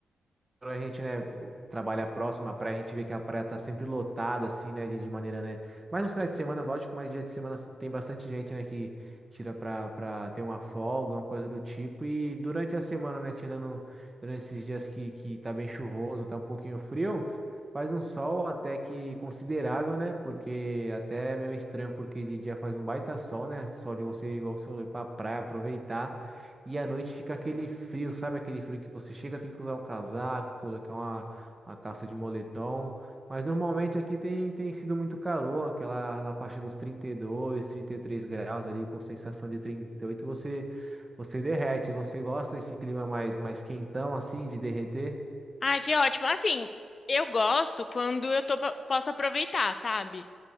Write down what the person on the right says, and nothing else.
Quando a gente, né, trabalha próximo à praia, a gente vê que a praia tá sempre lotada, assim, né, de, de maneira, né, mas nos finais de semana, lógico, mas dia de semana tem bastante gente, né, que tira pra, pra ter uma folga, uma coisa do tipo, e durante a semana, né, tirando, durante esses dias que, que tá bem chuvoso, tá um pouquinho frio, faz um sol até que considerável, né, porque até é meio estranho, porque de dia faz um baita sol, né, sol de você, igual você falou, pra praia, aproveitar, e à noite fica aquele frio, sabe? Aquele frio que você chega, tem que usar um casaco, colocar uma, uma calça de moletom. Mas normalmente aqui tem, tem sido muito calor, aquela na faixa dos 32, 33 graus ali, com sensação de 38, você, você derrete. Você gosta desse clima mais, mais quentão, assim, de derreter?